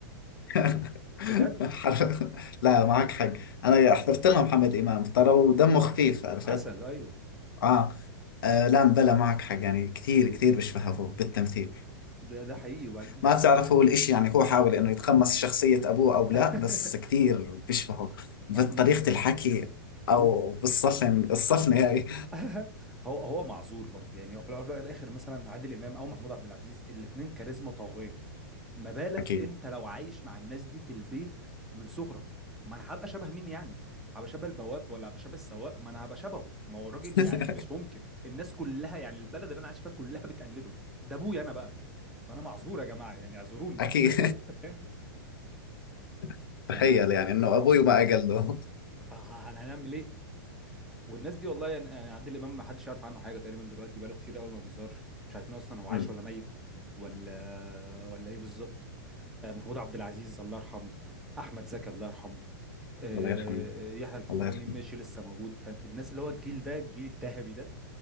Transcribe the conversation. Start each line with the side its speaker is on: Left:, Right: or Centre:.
Left: <laughs>
Centre: بجد
Left: حر- لا معك حق أنا حضرت لها محمد إمام ترى ودمه خفيف عرفت
Centre: عسل ايوه
Left: آه. آه لا بلا معك حق يعني كثير كثير بيشبه أبوه بالتمثيل
Centre: ده ده حقيقي وبعد- بس
Left: ما بتعرف هو الإشي يعني هو حاول إنه يتقمص شخصية أبوه أو لا
Centre: <laughs>
Left: بس كثير بيشبهه
Centre: ما...
Left: بطريقة
Centre: ما
Left: الحكي أو
Centre: هو
Left: بالصفن الصفنة هاي
Centre: <laughs> هو هو معذور برضه يعني هو في الاول وفي الاخر مثلا عادل امام او محمود عبد العزيز الاثنين كاريزما طاغيه ما بالك
Left: أكيد
Centre: انت لو عايش مع الناس دي في البيت من صغرك ما انا هبقى شبه مين يعني هبقى شبه البواب ولا هبقى شبه السواق ما انا هبقى شبهه ما هو الراجل
Left: <laughs>
Centre: يعني مش ممكن الناس كلها يعني البلد اللي انا عايش فيها كلها بتقلده ده ابويا انا بقى فانا معذور يا جماعه يعني اعذروني
Left: أكيد
Centre: <laughs> يعني
Left: <laughs> تخيل
Centre: ف
Left: يعني إنه أبوي ما أقل له
Centre: فهنعمل ايه والناس دي والله يعني يعني عادل امام ما حدش يعرف عنه حاجه تقريبا دلوقتي بقاله كتير قوي ما بيظهرش مش عارفين اصلا هو عايش
Left: أمم،
Centre: ولا ميت ولا ولا ايه بالظبط آه، محمود عبد العزيز الله يرحمه احمد زكي الله يرحمه آه،
Left: الله يرحمه
Centre: يحيى الفخراني
Left: الله يرحمه
Centre: ماشي لسه موجود فالناس اللي هو الجيل ده الجيل الذهبي ده